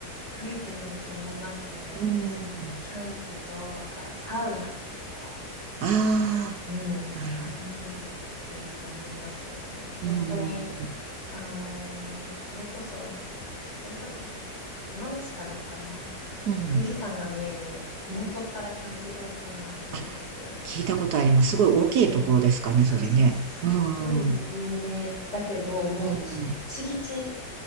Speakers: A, on the left; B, on the right.
A: 増えてると思いますね。
B: うん。
A: なんかその、キャンプとか、サウナとか、
B: ああ、
A: うん、いろいろ出てきると思いますよ。
B: なるほど。
A: なんか本当に、
B: うん。
A: あのーそれこそ静岡県だっけな、山梨かどっかの、
B: うん。
A: あの富士山が見える麓っ腹キャンプ場っていうのがあると思うんですけど、
B: あ、聞いたことあります。すごい大きいところですかね、
A: すすそうそう、
B: それね。
A: すっごい有名だけど、
B: うん。う
A: もうギッチギチ
B: ん。